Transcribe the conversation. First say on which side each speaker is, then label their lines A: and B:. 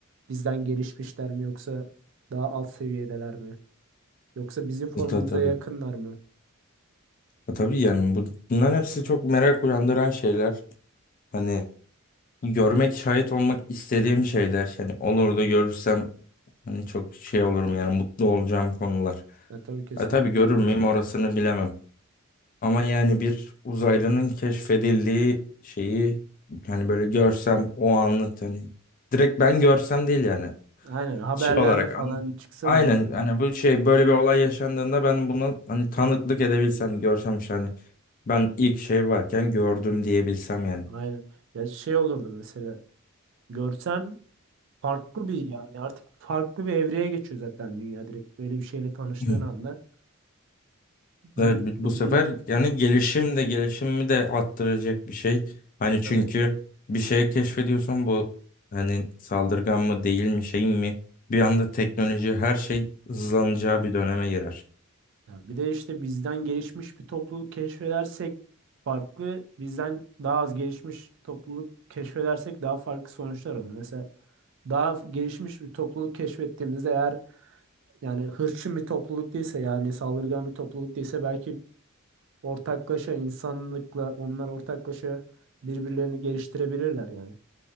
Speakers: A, on the right (about 60°); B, on the left (about 40°).
A: Bizden gelişmişler mi yoksa daha alt seviyedeler mi? Yoksa bizim formumuza
B: E, ta- tabii.
A: yakınlar mı?
B: E, tabii yani bu, bunların hepsi çok merak uyandıran şeyler. Hani görmek, şahit olmak istediğim şeyler. Yani olur da görürsem hani çok şey olurum yani mutlu olacağım konular.
A: Ya tabii kesinlikle.
B: E, tabii görür müyüm orasını bilemem. Ama yani bir uzaylının keşfedildiği şeyi hani böyle görsem o anlık hani direkt ben görsem değil yani.
A: Aynen haberlerde
B: Şey olarak
A: falan
B: anı-
A: çıksa
B: aynen
A: bile
B: hani bu şey böyle bir olay yaşandığında ben buna hani tanıklık edebilsem görsem işte hani ben ilk şey varken gördüm diyebilsem yani.
A: aynen. Ya şey olurdu mesela görsen Farklı bir yani artık farklı bir evreye geçiyor zaten dünya direkt. Böyle bir şeyle tanıştığın
B: <clears throat>
A: anda
B: Evet
A: dünya
B: bu
A: bildiğin
B: bu sefer yani
A: ne çıkıyor
B: gelişim de gelişimimi de arttıracak bir şey. Hani çünkü
A: tabii.
B: bir şey keşfediyorsan bu hani saldırgan mı değil mi şey mi bir anda teknoloji her şey hızlanacağı bir döneme girer.
A: Ya bir de işte bizden gelişmiş bir topluluk keşfedersek farklı, bizden daha az gelişmiş topluluk keşfedersek daha farklı sonuçlar olur. Mesela daha f- gelişmiş bir topluluk keşfettiğimizde eğer yani hırçın bir topluluk değilse yani saldırgan bir topluluk değilse belki ortaklaşa insanlıkla onlar ortaklaşa birbirlerini geliştirebilirler yani.